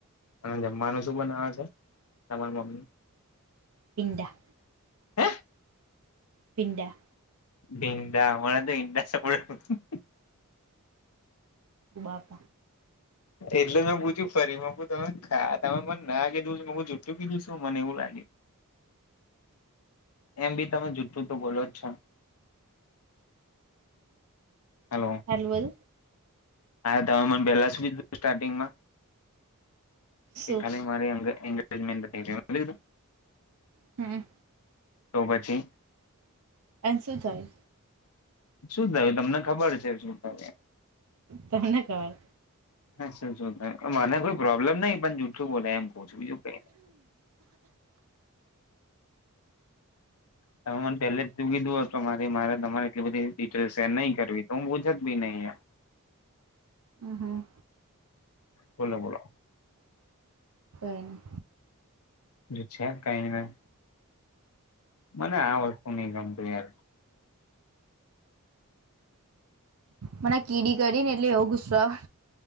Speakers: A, on the left (about 75°); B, on the right (about 70°).
A: અને જમવાનું શું બનાવે છે તમારી મમ્મી
B: પિંડા
A: હે
B: પિંડા
A: ભીંડા અમારા તો ભીંડા સડ
B: બાપ
A: એટલે મેં પૂછ્યું ફરી મ તમેા તમે મને ના કીધું જુઠું કીધું શું, મને એવું લાગ્યું એમ બી તમે જુઠું તો બોલો જ છો. હલો.
B: હલ્વલ.
A: આયો તમે મને શું કીધું પહેલા સ્ટારિંગમાં
B: શું
A: કે ખાલી મારી <unintelligible> <unintelligible>
B: હમ્મ.
A: તો પછી
B: એન્સ નું થાય
A: શું થયુ, તમને ખબર છે શું થયુ એ
B: તમને ખબર
A: હા, <unintelligible> મને કોઈ પ્રોબ્લેમ નહી પણ જુઠું બોલે એમ કઉ છું બીજું કઈ ની તમે મને પહેલે જ તું કીધું તો મારી મારે તમારે એટલી બધી ડિટેલ શેર નહી કરવી, તો હું પૂછત બી નઈ એમ
B: હમ્મ, હમ્મ.
A: બોલો બોલો
B: કઈ ની
A: જે છે કઈ નઈ મને આ વસ્તુ નઈ ગમતું યાર
B: મને કીડી કરડી ને એટલે એવો ગુસ્સો આવે,